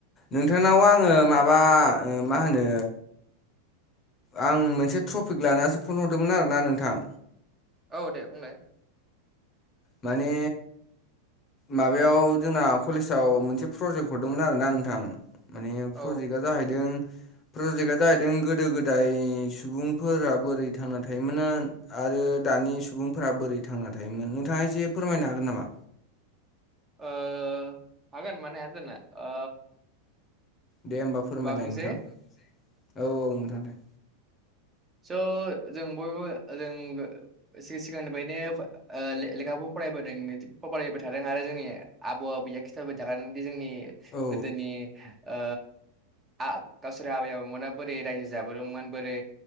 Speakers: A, on the left (about 35°); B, on the right (about 20°).
A: नोंथांनाव आंङो माबा ओ मा होनो आं मोनसे ट्रफिक लानानैसो फन हरदोंमोन आरोना नोंथां।
B: औ दे बुंलाय।
A: माने माबायाव जोंना कलेजाव मोनसे प्रजेक्ट हरदोंमोन आरोना नोंथां। माने
B: औ
A: प्रजेक्टा जाहैदों प्रजेक्टआ जाहैदों गोदो गोदाय सुबुंफोरा बोरै थांना थायोमोन आ आ आरो दानि सुबुंफोरा बोरै थांना थायोमोन नोंथाङा एसे फोरमायनो हागोन नामा?
B: ओ हागोन मानो हायाजानो। ओ
A: दे होमबा फोरमायलाय
B: माबा बुंसै
A: नोंथां औ औ नोंथां दे।
B: स' जों बयबो जों गो सि-सिगांनिफ्रायनो ओ ले-लेखाखौ फरायबोदों फरायबाय थादों आरो जोंनि आबौ आबौया खिन्थाबोबाय थाखादोंदि जोंनि
A: औ
B: गोदोनि ओ आ गावसोर आबै आबौमोना बोरै रायजो जाबोदोंमोन बोरै